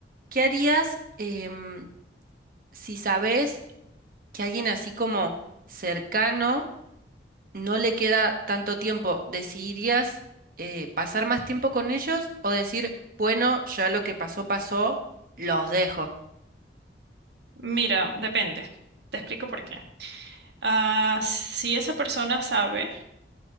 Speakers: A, on the right; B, on the right.
A: ¿qué harías em, si sabes que alguien así como cercano no le queda tanto tiempo, ¿decidirías eh, pasar más tiempo con ellos o decir, bueno, ya lo que pasó, pasó, los dejo?
B: Mira, depende. Te explico por qué. Ah, si esa persona sabe